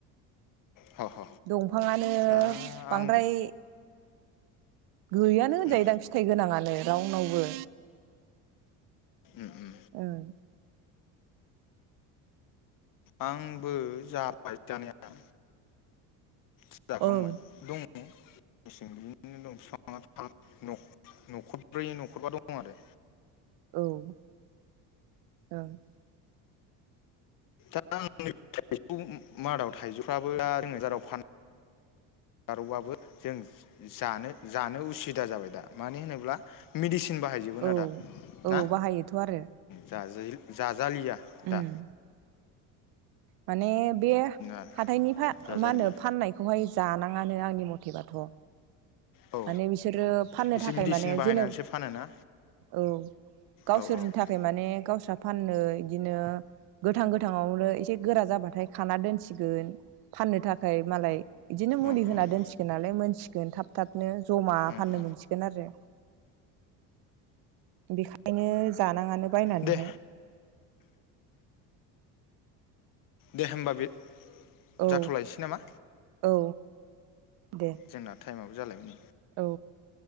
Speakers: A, on the left (about 55°); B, on the right (about 65°).
A: ह ह
B: दंफाङानो
A: दा
B: बांद्राय
A: आंबो
B: गैयानो होनजायोदां
A: उम
B: फिथाइ गोनाङानो। रावनावबो।
A: उम उम
B: ओं
A: आंबो जाबाय जानाया। जाखांबाय
B: ओं
A: दङ मेसें नि। बिनो दंफां न'खरब्रै न'खरबा दं आरो।
B: औ औ
A: दा आं थाइजौ मादाव थाइजौफ्राबो दा जोङो <unintelligible> <unintelligible> आबो जों जानो जानो उसुबिदा जाबाय दा। मानो होनोब्ला मेडिसिन बाहायजोबोना
B: औ
A: दा
B: औ
A: ना?
B: बाहायोथ' आरो
A: जाजायो जा जालिया दा।
B: उम माने बे
A: आरो
B: हाथायनि फा
A: जाजालिया
B: मा होनो फाननायखौहाय जानां नाङानो आंनि मथेबाथ'।
A: औ
B: माने बिसोरो फाननो
A: एसे
B: थाखाय
A: मेडिसिन
B: माने
A: बाहायनानैसो
B: जेने
A: फानोना
B: औ गावसोरनि
A: औ ओ ओ
B: थाखाय माने गावस्रा फाननो बिदिनो गोथां गोथाङावनो एसे गोरा जाबाथाय खाना दोनसिगोन फाननो थाखाय मालाय बिदिनो मुलि
A: ओ ओ
B: होना दोनसिगोन नालाय मोनसि गोनथाब बिदिनो जमा
A: ओ
B: फाननो मोनसिगोन आरो बेखायनो जानाङानो बायनानैहाय।
A: दे दे होमबा बे
B: औ
A: जाथ'लायनोसै नामा?
B: औ दे
A: जोंना टाइमआबो जालायबाय नै ।
B: औ